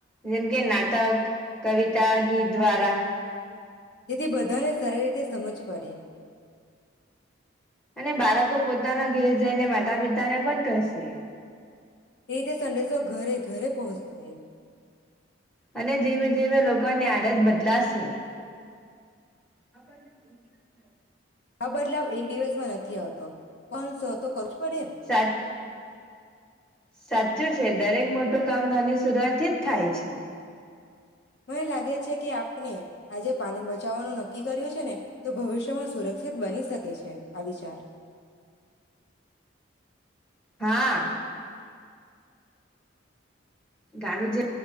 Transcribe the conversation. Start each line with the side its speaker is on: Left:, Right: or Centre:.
Centre: જેમ કે નાટક કવિ <unintelligible> દ્વારા
Left: તેથી બધાને સરી રીતે સમજ પડે.
Centre: અને બાળકો પોતાના ઘેર જઈને માતા પિતાને પણ કશે.
Left: એ રીતે સંડેશો ઘરે ઘરે પહોંચશે.
Centre: અને ધીમે ધીમે લોકોની આદત બદલાશે. <inaudible>
Left: આ બદલાવ એક દિવસમાં નથી આવ તો પણ. <unintelligible> પડે
Centre: સા સાચું છે દરેક મોટું કામ નાની શરૂઆતથી જ થાય છે.
Left: મને લાગે છે કે આપને આજે પાણી બચાવવાનું નક્કી કર્યું છે ને તો ભવિષ્યમાં સુરક્ષિત બની શકે છે આ વિચાર.
Centre: હા. <unintelligible> જે.